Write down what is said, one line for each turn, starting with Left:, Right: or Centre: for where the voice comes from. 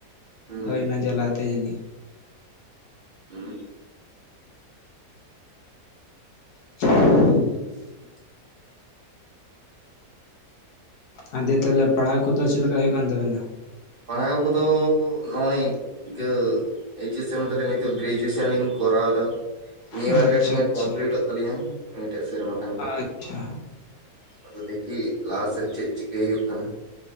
Right: ᱦᱩᱸ
Left: ᱦᱳᱭ ᱚᱱᱟ ᱡᱟᱞᱟᱛᱮ ᱡᱟᱹᱱᱤᱡ
Right: ᱦᱩᱸ
Left: <unintelligible>
Right: <unintelligible>
Left: ᱟᱨ ᱫᱤᱭᱮ ᱛᱟᱦᱚᱞᱮ ᱯᱟᱲᱦᱟᱣ ᱠᱚᱫᱚ ᱪᱮᱜ ᱞᱮᱠᱟ ᱦᱩᱭᱩᱜ ᱠᱟᱱ ᱛᱟᱵᱮᱱᱟ
Right: ᱯᱟᱲᱦᱟᱣ ᱠᱚᱫᱚ ᱱᱚᱜᱼᱚᱭ ᱜᱟ. ᱮᱭᱤᱪᱮᱥ ᱮᱢ ᱠᱟᱛᱮᱫ ᱱᱤᱛᱚᱜ ᱜᱨᱮᱡᱩᱭᱮᱥᱚᱱ ᱞᱤᱧ ᱠᱚᱨᱟᱣ ᱮᱫᱟ ᱱᱤᱭᱟᱹ
Left: ᱟᱪᱪᱷᱟ
Right: ᱵᱟᱨ ᱜᱮ ᱢᱚᱬᱮ ᱦᱚᱭ
Left: ᱟᱪᱪᱷᱟ
Right: ᱠᱚᱢᱯᱞᱤᱴᱚᱜ ᱛᱟᱹᱞᱤᱧᱟ ᱱᱤᱭᱟᱹᱴᱟᱜ ᱥᱮᱨᱢᱟ ᱠᱷᱟᱱ ᱜᱮ᱾
Left: ᱟᱪᱪᱷᱟ
Right: ᱟᱫᱚ ᱫᱠᱷᱤ ᱞᱟᱦᱟ ᱥᱮᱫ ᱪᱮᱫ ᱪᱤᱠᱟᱹᱭ ᱦᱩᱭᱩᱜ ᱠᱟᱱᱟ᱾